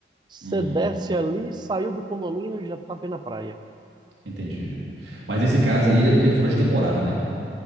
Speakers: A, on the right (about 25°); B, on the right (about 80°).
A: Você
B: Hum,
A: desce ali, saiu do condomínio e já tá vendo a praia.
B: entendi. Mas nesse caso aí é porque é fora de temporada, né?